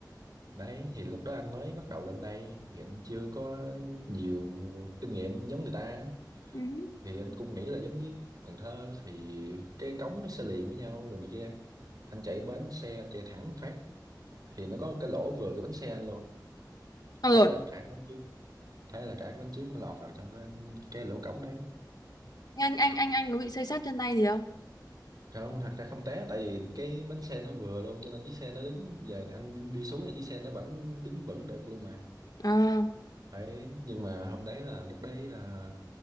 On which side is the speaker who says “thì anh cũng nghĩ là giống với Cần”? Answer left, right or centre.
Right